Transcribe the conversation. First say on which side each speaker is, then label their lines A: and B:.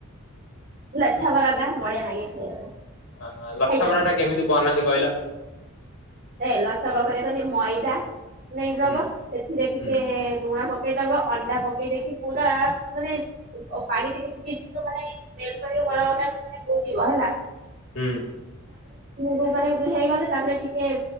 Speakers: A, on the right; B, on the left.
A: ଲଛା ପରାଟା, ବଢିଆ ଲାଗେ ଖାଇବା, ପାଇଁ।
B: ଆହା, ଲଛାପରଟା
A: ଖାଇଛ ନା?
B: କେମିତି ବନାନ୍ତି, କୁ କହିଲ,
A: ଏ ଲଛା, କଣ କରିବ କହନି, ମଇଦା ନେଇଦବ,
B: ହୁଁ
A: ସେଥିରେ ଟିକେ,
B: ହୁଁ
A: ଲୁଣ ପକେଇଦବ, ଅଣ୍ଡା ପ ପକେଇ ଦେଇକି ୲ ପୁରା ମାନେ, ଓ ପାଣି ଟିକିଏ, ଛିଞ୍ଚିକି ତୁମେ ମାନେ ଏହି ନେଳ ପାନିକ ବଳ ବୁଧିବ ହେଲା।
B: ହୁଁ।
A: ଗୋ ମାନେ ହେଇଗଲେ। ତାପରେ ଟିକେ